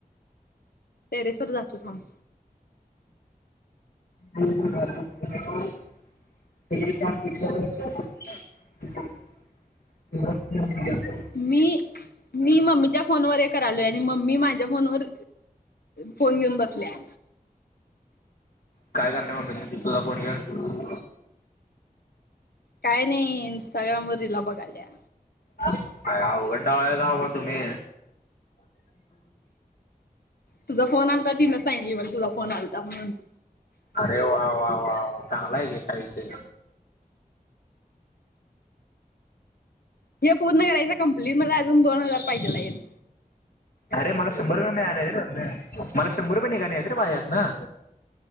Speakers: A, on the left (about 85°); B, on the left (about 70°).
A: टेरेसर जातो थांब!
B: <unintelligible> <unintelligible> ब <unintelligible>
A: मी मी मम्मीच्या फोनवर हे करायलोय. आणि मम्मी माझ्या फोनवर. फोन घेऊन बसल्या.
B: काय करणार मम्मी तुझ फोन घेउन.
A: काय नाही. इंस्टाग्रामवर रिला बघाल्या.
B: आय अवगड डावया राव तुम्ही.
A: तुझा फोन आलता. तीन सांगली मला तुझा फोन आलता म्हणून.
B: अरे वा वा वा वा. चांगलाय की आयुष्य.
A: हे पूर्ण करायं कंप्लीट. मला अजून दोन हजार पाहिजे लगेच.
B: अरे मला शंभर रुपये निघा रे मला शंभर रुपये निघाले रे भा यातन.